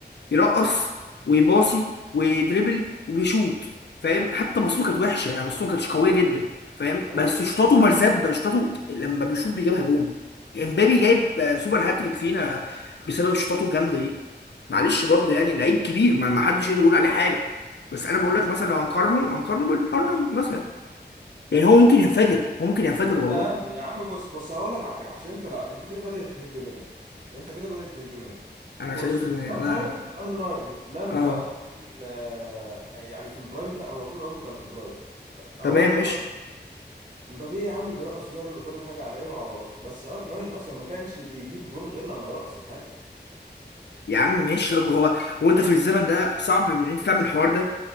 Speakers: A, on the left (about 75°); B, on the right (about 45°).
A: يرقص ويباصي ويدربل وبيشوط فاهم حتى بصته كانت وحشه يعني بصته ما كانتش قويه جدا فاهم
B: ايوه
A: بس
B: ماشي
A: شطاته
B: بس
A: مرزبه شطاته لما بيشوط بيجيبها جون امبابي جايب آه، سوبر هاتريك فينا بسبب شطاته الجامده دي معلش برضو يعني لعيب كبير ما ما حدش يقدر يقول عليه حاجه بس انا بقول
B: محدش
A: لك
B: يقدر
A: مثلا لو هنقارنه هنقارنه بالار 9 مثلا يعني هو ممكن
B: يعني
A: ينفجر هو ممكن ينفجر
B: انت
A: والله
B: يا عم يا عم بص بص هقول لك على حاجه عشان انت لا انت كده بدات تهب منك انت كده بدات تهب منك
A: انا
B: بص
A: شايف ان
B: ار
A: لا
B: 9 ار 9 لما
A: اه
B: كان آه، يعني في البرايم بتاع هو طول عمره كان في البرايم هقول
A: تمام
B: لك
A: ماشي
B: لما مبابي يا عم بيرقص وبيعمل كل حاجه على عينه وعلى راسه بس ار 9 اصلا ما كانش بيجيب جون غير لما يرقص الحارس
A: يا عم ماشي طب هو وانت في الزمن ده صعب ان انت تعمل الحوار ده